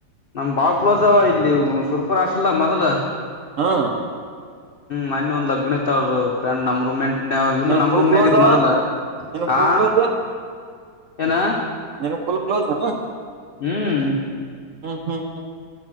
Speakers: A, on the left; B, on the right.
A: ನಮ ಬಾಳ್ ಕ್ಲೋಜ್ ಅವ ಇಲ್ಲಿ ಸುರ್ಪರ್ ಅಷ್ಟೇ ಹಾಸ್ಟಲ್ ಮೊದಲ
B: ಹಾ
A: ಮೊನ್ನೆ ಒಂದು ಲಗ್ನ ಇತ್ತು ನಮ್ಮ ಫ್ರೆಂಡು ರೂಮ್ ಮೇಟ್ ಇ ಇವನು
B: ನಿನ್
A: ನಮ್
B: ಫುಲ್
A: ರೂಮ್ನ
B: ಕ್ಲೋಸ್
A: ಆಗಿದ
B: ಅವ
A: ಮೊದಲ
B: ನಿನ್
A: ಹ
B: ಫುಲ್ ಕ್ಲೋಸ್
A: ಏನ
B: ನಿನ್ ಫುಲ್ ಕ್ಲೋಸ್ ಅನ
A: ಹ್ಮ್
B: ಹಾ ಹಾ